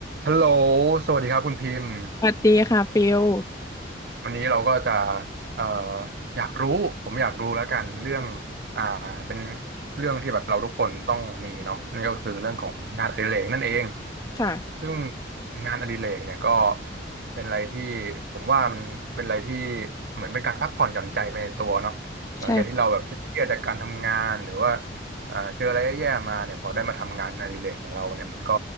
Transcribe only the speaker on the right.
ฮัลโหลสวัสดีครับคุณพิมพ์
<laughs> วันนี้เราก็จะเอ่ออยากรู้ผมอยากรู้แล้วกันเรื่องอ่าเป็นเรื่องที่แบบเราทุกคนต้องมีเนาะนั่นก็คือเรื่องของงานอดิเรกนั่นเอง
ซึ่งงานอดิเรกเนี่ยก็เป็นอะไรที่ผมว่ามันเป็นอะไรที่เหมือนเป็นการพักผ่อนหย่อนใจไปในตัวเนาะหลังจากที่เราแบบเครียดจากการทำงานหรือว่า
อ่าเจออะไรแย่ๆมาเนี่ยพอได้มาทำงานอดิเรกของเราเนี่ยมันก็